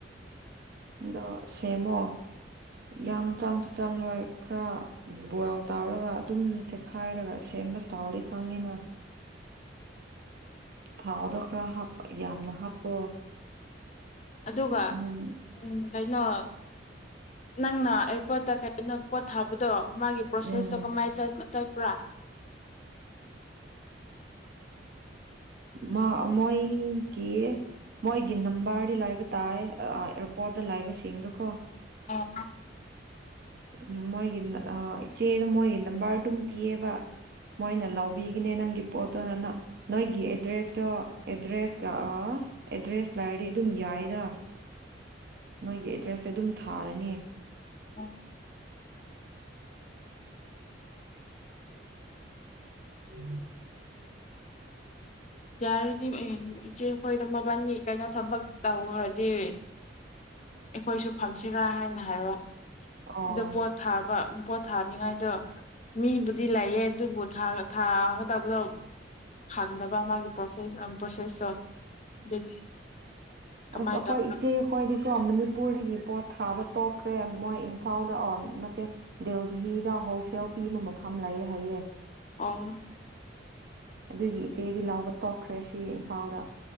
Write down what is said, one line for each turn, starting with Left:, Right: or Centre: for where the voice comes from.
Right: ꯑꯗꯣ ꯁꯦꯝꯃꯣ ꯌꯥꯝ ꯆꯥꯡꯁꯨ ꯆꯪꯂꯣꯏ ꯈꯔ ꯕꯣꯏꯜ ꯇꯧꯔꯒ ꯑꯗꯨꯝ ꯈꯥꯏꯔꯒ ꯁꯦꯝꯕ ꯊꯥꯎꯗꯤ ꯈꯪꯉꯤꯅ ꯊꯥꯎꯗꯣ ꯈꯔ ꯍꯥꯞꯄ ꯌꯥꯝꯅ ꯍꯥꯞꯄꯣ
Left: ꯑꯗꯨꯒ
Right: ꯎꯝ
Left: ꯎꯝ ꯀꯩꯅꯣ ꯅꯪꯅ ꯑꯦꯌꯥꯔꯄꯣꯔꯠꯇ ꯀꯩꯅ ꯄꯣꯠ ꯊꯥꯕꯗꯣ ꯃꯥꯒꯤ ꯄꯔꯣꯁꯦꯁꯇꯣ
Right: ꯎꯝ
Left: ꯀꯃꯥꯏ ꯆ ꯆ ꯄ꯭ꯔꯥ
Right: ꯃꯥ ꯃꯣꯏ ꯒꯤ ꯃꯣꯏꯒꯤ ꯅꯝꯕꯔꯗꯤ ꯂꯥꯏꯕ ꯇꯥꯏ ꯑ ꯑꯦꯔꯣ ꯄꯣꯠꯇ ꯂꯩꯕꯁꯤꯡꯗꯨꯀꯣ
Left: ꯑꯣ
Right: ꯎꯝ ꯃꯣꯏꯒꯤ ꯆꯦꯗꯨ ꯃꯣꯏꯒꯤ ꯅꯝꯕꯔꯗꯨꯝ ꯄꯤꯌꯦꯕ ꯃꯣꯏꯅ ꯂꯧꯕꯤꯒꯤꯅꯦ ꯅꯪꯒꯤ ꯄꯣꯠꯇꯣ ꯅꯪꯅ ꯅꯣꯏꯒꯤ ꯑꯦꯗ꯭ꯔꯦꯁꯇꯣ ꯑꯦꯗ꯭ꯔꯦꯁꯀꯥ ꯑꯦꯗ꯭ꯔꯦꯁ ꯂꯩꯔꯗꯤ ꯑꯗꯨꯝ ꯌꯥꯏꯗ ꯅꯣꯏꯒꯤ ꯑꯦꯗ꯭ꯔꯦꯁꯁꯦ ꯑꯗꯨꯝ ꯊꯥꯔꯅꯤ
Left: ꯎꯝ
Right: ꯎꯝ
Left: ꯌꯥꯔꯗꯤ ꯏꯆꯦ ꯑꯩꯈꯣꯏꯗ ꯃꯕꯥꯅꯤ ꯀꯩꯅꯣ ꯊꯕꯛ ꯇꯧꯔꯗꯤ ꯑꯩꯈꯣꯏꯁꯨ ꯐꯝꯁꯤꯔꯥ ꯍꯥꯏꯅ ꯍꯥꯏꯕ
Right: ꯑꯣ
Left: ꯑꯗ ꯄꯣꯠꯊꯥꯕ ꯄꯣꯠ ꯊꯥꯅꯤꯡꯉꯥꯏꯗꯣ ꯃꯤꯕꯨꯗꯤ ꯂꯩꯌꯦ ꯑꯗꯨꯕꯨ ꯊꯥꯒꯗꯕꯗꯣ ꯈꯪꯗꯕ ꯃꯥꯒꯤ ꯄ꯭ꯔꯣꯁꯦꯁ ꯄ꯭ꯔꯣꯁꯦꯁꯇꯣ ꯑꯗꯨꯒꯤ ꯀꯃꯥꯏꯅ
Right: ꯑꯣ ꯑꯈꯣꯏ
Left: ꯇꯧꯕ꯭ꯔꯥ
Right: ꯏꯆꯦꯈꯣꯏꯗꯤꯀꯣ ꯄꯨꯔꯒꯤ ꯄꯣꯠ ꯊꯥꯕ ꯇꯣꯛꯈ꯭ꯔꯦ ꯃꯣꯏ ꯏꯝꯐꯥꯜꯗ ꯑꯣ ꯅꯠꯇꯦ ꯗꯦꯜꯗꯤꯍꯤꯗ ꯍꯣꯜꯁꯦꯜ ꯄꯤꯕ ꯃꯐꯝ ꯂꯩꯌꯦ ꯍꯥꯏꯌꯦ
Left: ꯑꯣ
Right: ꯑꯗꯨꯒꯤ ꯏꯆꯦꯗꯤ ꯂꯧꯕ ꯇꯣꯛꯈ꯭ꯔꯦ ꯁꯤ ꯏꯝꯐꯥꯜꯗ